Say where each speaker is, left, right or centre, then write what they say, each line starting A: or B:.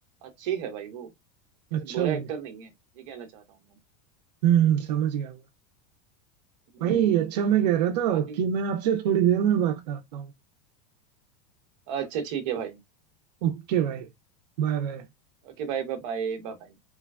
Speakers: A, on the right (about 50°); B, on the right (about 85°).
A: अच्छी है भाई वो
B: अच्छा
A: ऐसे बुरा
B: भाई
A: एक्टर नहीं है ये कहना चाह रहा हूँ मैं
B: हम्म समझ गया मैं
A: हम्म
B: भाई अच्छा मैं कह रहा था
A: बाकी
B: कि मैं आपसे थोड़ी देर में बात करता हूँ
A: अच्छा ठीक है भाई
B: ओके भाई Bye bye
A: Okay bye bye bye bye